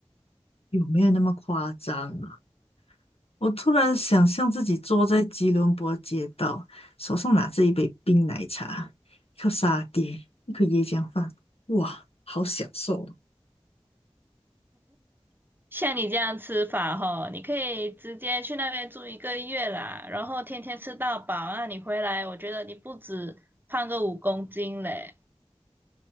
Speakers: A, on the left; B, on the right.
A: 有没有那么夸张啊？我突然想象自己坐在吉隆坡街道，手上拿着一杯冰奶茶，一口沙爹，一口椰浆饭，哇，好享受哦！
B: 像你这样吃法吼，你可以直接去那边住一个月啦，然后天天吃到饱，那你回来，我觉得你不止胖个五公斤嘞。